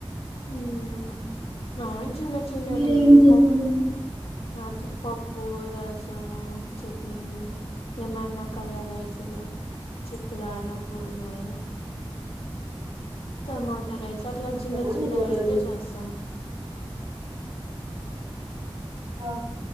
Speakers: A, on the left (about 80°); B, on the right (about 55°).
A: ఉమ్, నాయి చిన్న, చిన్నటి
B: మీరేం చేస్తారు
A: పప్ అట్ల్. పప్పు, రసము, చట్నీలు ఏమన్నా కలర్ రైసులు చిత్ర అన్నం, పులిహోర టమాట రైస్, అట్లా
B: చేస్తారా
A: చిన్న,
B: అండి
A: చిన్నవి
B: మీరు అట్లా
A: అయితే చేస్తాం.
B: ఆ.